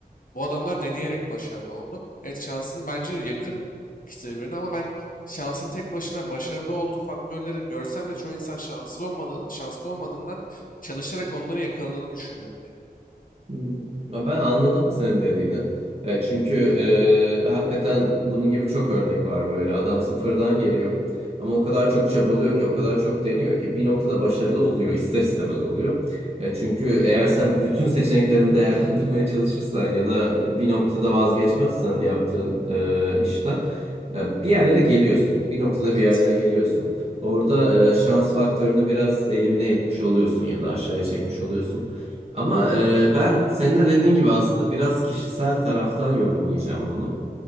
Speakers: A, on the left; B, on the right.
A: Bu adamlar deneyerek başarılı oldu. Evet şansın bence yakın ikisi birbirine ama ben şansın tek başına başarılı olduğu faktörleri görsem de çoğu insan şanssız olmadığı, şanslı olmadığından çalışarak onları yakaladığını düşünüyorum yani.
B: Hmm. Ya Ben anladım senin dediğini. Ya çünkü e, hakikaten bunun gibi çok örnek var böyle. Adam sıfırdan geliyor. Ama o kadar çok çabalıyor ki, o kadar çok deniyor ki bir noktada başarılı oluyor. ister istemez oluyor. E, çünkü eğer sen bütün seçeneklerini <laughs> değerlendirmeye çalışırsan ya da bir noktada vazgeçmezsen yaptığın e, işten ya bir yerlere geliyorsun. Bir noktada
A: Evet,
B: bir yerlere geliyorsun. Orada e, şans faktörünü biraz elimine etmiş oluyorsun ya da aşağıya çekmiş oluyorsun. Ama e, ben senin de dediğin gibi aslında biraz kişisel taraftan yorumlayacağım bunu.